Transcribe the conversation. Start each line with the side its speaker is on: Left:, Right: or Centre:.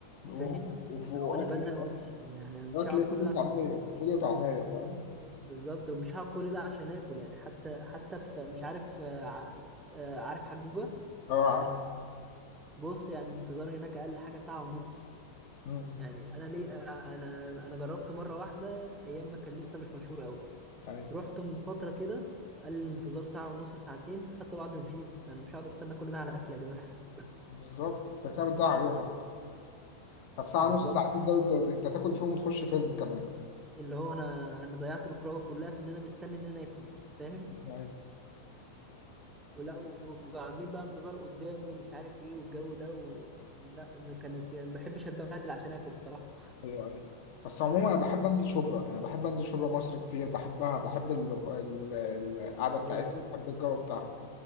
Left: و-
Right: فاهم
Left: وف- واكل
Right: هو انا بزهق وامشي يعني أنا مش
Left: اكل
Right: هقعد
Left: إيه؟
Right: كل
Left: فول
Right: ده
Left: وطعميه
Right: عشان آكل.
Left: فول وطعميه فاهم
Right: بالظبط ومش هقعد كل ده عشان اكل يعني حتى حتى في مش عارف آه، ع- آه، عارف حجوجه
Left: اه عارف
Right: بص يعني انتظار هناك اقل حاجه ساعه ونص
Left: مم.
Right: يعني انا ليه آه، انا انا جربت مره واحده ايام ما كان لسه مش مشهور قوي
Left: ايوه
Right: رحت من فترة كده قال الانتظار ساعة ونص ساعتين خدت بعضي ومشيت أنا مش هقعد أستنى كل ده على أكل يا جماعة
Left: بالظبط انت كده بتضيع يومك الساعه
Right: بالظبط
Left: نص ساعتين دول دول- انت تاكل فيهم وتخش فيلم كمان
Right: اللي هو أنا أنا ضيعت الخروجة كلها في إن أنا مستني إن أنا آكل فاهم
Left: ايوه
Right: ولا وعاملين بقى انتظار قدامه ومش عارف إيه والجو ده و... لا ما كانت يعني ما بحبش أتبهدل عشان آكل الصراحة
Left: ايوه ايوه بس عموما انا بحب انزل شبرا يعني بحب انزل شبرا مصر كتير بحبها بحب ال- ال- القعده بتاعتها
Right: هي لذيذة
Left: بحب الجو بتاعها